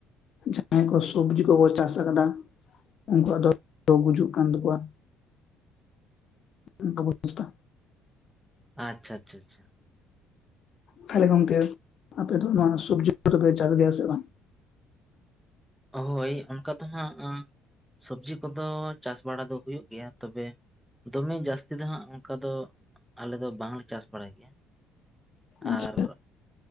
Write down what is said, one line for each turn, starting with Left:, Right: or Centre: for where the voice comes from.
Left: ᱡᱟᱦᱟᱸᱭ ᱠᱚ ᱥᱤᱵᱽᱡᱤ ᱠᱚ ᱠᱚ ᱪᱟᱥ ᱟᱠᱟᱫᱟ ᱩᱝᱠᱩᱣᱟᱜ ᱫᱚ ᱜᱩᱡᱩᱜ ᱠᱟᱱ ᱛᱟᱠᱚᱣᱟ᱾ ᱚᱝᱠᱟ ᱚᱵᱚᱥᱛᱷᱟ᱾
Centre: ᱟᱪᱪᱷᱟ ᱪᱷᱟ ᱪᱷᱟ
Left: ᱛᱷᱟᱞᱮ ᱜᱚᱝᱠᱮ ᱟᱯᱮ ᱫᱚ ᱱᱚᱣᱟ ᱥᱩᱵᱽᱡᱤ ᱠᱚᱫᱚᱯᱮ ᱪᱟᱥ ᱜᱮᱭᱟ ᱥᱮ ᱵᱟᱝ?
Centre: ᱦᱳᱭ ᱚᱱᱠᱟ ᱫᱚ ᱦᱟᱸᱜ ᱥᱚᱵᱽᱡᱤ ᱠᱚᱫᱚ ᱪᱟᱥ ᱵᱟᱲᱟ ᱫᱚ ᱦᱩᱭᱩᱜ ᱜᱮᱭᱟ ᱛᱚᱵᱮ ᱫᱚᱢᱮ ᱡᱟᱹᱥᱛᱤ ᱫᱚ ᱦᱟᱸᱜ ᱚᱝᱠᱟ ᱫᱚ ᱟᱞᱮ ᱫᱚ ᱵᱟᱝᱞᱮ ᱪᱟᱥ ᱵᱟᱲᱟᱭ ᱜᱮᱭᱟ᱾
Left: ᱟᱪᱪᱷᱟ
Centre: ᱟᱨ